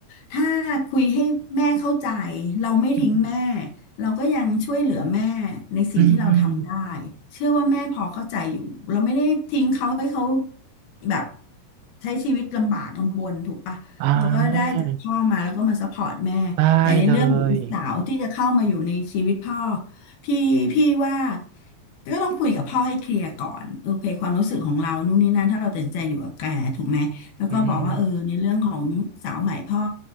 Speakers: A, on the left; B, on the right.
A: ถ้าคุยให้แม่เข้าใจเราไม่ทิ้งแม่
B: อืม
A: เราก็ยังช่วยเหลือแม่ในสิ่งที่เราทำได้
B: อืมอืม
A: เชื่อว่าแม่พอเข้าใจอยู่เราไม่ได้ทิ้งเขาให้เขาแบบใช้ชีวิตลำบากลำบนถูกปะเราก็ได้จากพ่อมาแล้วก็มาซัพพอร์ตแม่
B: อ่าได้เลย
A: แต่ในเรื่องของลูกสาวที่จะเข้ามาอยู่ในชีวิตพ่อพี่พี่ว่าก็ต้องคุยกับพ่อให้เคลียร์ก่อนโอเคความรู้สึกของเรานู่นนี่นั่นถ้าเราตัดสินใจอยู่กับแกถูกไหมแล้วก็บอกว่าเออในเรื่องของสาวใหม่พ่อ
B: อืม